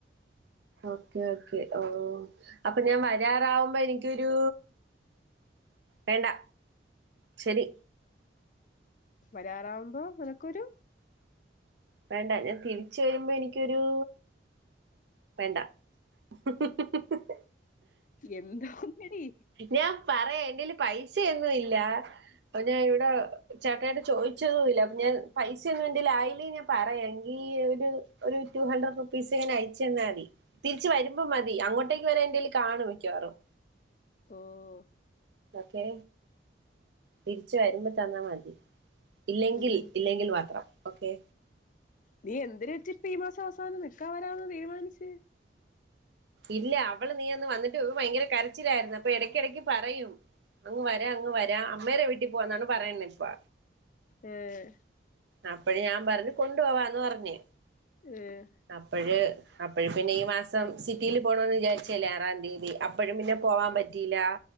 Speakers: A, on the right; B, on the left.
A: ഓക്കെ, ഓക്കെ ഓഹ്, അപ്പൊ ഞാൻ വരാറാവുമ്പോ എനിക്കൊരൂ വേണ്ടാ, ശെരി
B: വരാറാവുമ്പോ നിനക്കൊരു
A: വേണ്ട. ഞാൻ തിരിച്ച് വരുമ്പോ എനിക്കൊരൂ വേണ്ടാ <unintelligible>
B: എന്താന്നടി
A: ഞാൻ പറയ, എന്റെല് പൈസയൊന്നും ഇല്ല അപ്പൊ ഞാൻ ഇവിടെ ചേട്ടായിയോട് ചോയ്ച്ചതുല്ല, അപ്പൊ ഞാൻ പൈസ ഒന്നും എന്റെ ലായില്ലെങ്കി ഞാൻ പറയാ എങ്കി ൽ ഒരു, ഒരു ടു ഹണ്ടർ റുപ്പീസ് ഞാൻ അയച്ചന്നാതി. തിരിച്ച് വരുമ്പോ മതി അങ്ങോട്ടേക്ക് വരാ ന്റെ യ്യ് കാണും മിക്ക്യവാറും
B: ഓഹ്
A: ഒക്കെ, തിരിച്ച് വരുമ്പോ തന്നാ മതി. ഇല്ലെങ്കിൽ
B: ഉം
A: ഇല്ലെങ്കിൽ മാത്രം, ഓക്കെ.
B: നീ എന്തിനറ്റി ഇപ്പം ഈ മാസവസാനം നിക്കാം വരാന്ന് തീരുമാനിച്ച്
A: ഇല്ല അവള് നീയന്ന് വന്നിട്ട് ഓൾ ഭയങ്കര കരച്ചിലായിരുന്നു. അപ്പൊ എ എടക്കെടക്ക് പറയും അങ്ങ് വരാ, അങ്ങ് വരാ, അമ്മേടെ വീട്ടിൽ പോവാന്നാണ് പറയ്ന്നേ ഇപ്പോ
B: ഏഹ്
A: അപ്പഴെ ഞാൻ പറഞ്ഞ്, കൊണ്ടു പോവാന്ന് പറഞ്ഞ്
B: ഏഹ്
A: അപ്പഴ് അപ്പഴ് പിന്നെ ഈ മാസം സിറ്റിയില് പോണം ന്ന് വിചാരിച്ചല്ലേ ആറാം തീയതി അപ്പഴും പിന്നെ പോവാൻ പറ്റീല്ല